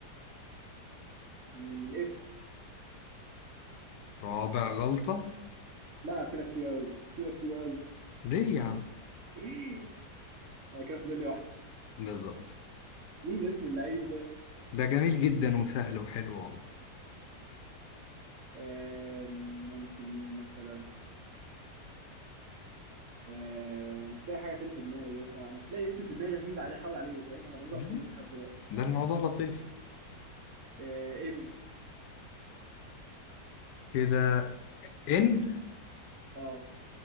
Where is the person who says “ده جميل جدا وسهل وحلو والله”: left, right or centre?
Left